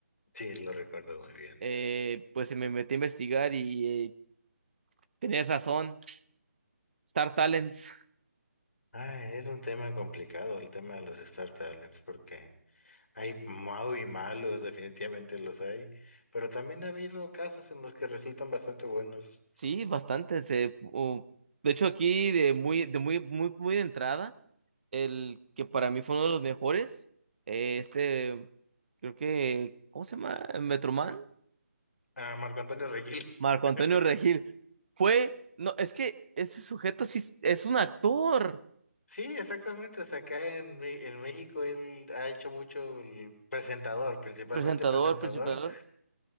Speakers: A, on the left; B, on the right.
A: Sí, lo recuerdo muy bien.
B: Eh, pues me metí a investigar y eh, tenías razón. Star Talents.
A: Ah, es un tema complicado el tema de los Star Talents, porque hay mau y malos, definitivamente los hay, pero también ha habido casos en los que resultan bastante buenos.
B: Sí, bastante. se- u- de hecho, aquí de muy, de muy, muy, muy de entrada, el que para mí fue uno de los mejores, eh, este, creo que, ¿cómo se llama? Metroman.
A: Ah, Marco Antonio Regil.
B: Marco
A: <laughs>
B: Antonio Regil fue, no, es que ese sujeto sí es es un actor,
A: Sí, exactamente, o sea, acá en, Me- en México él ha hecho mucho el presentador, principalmente
B: presentador,
A: presentador,
B: principador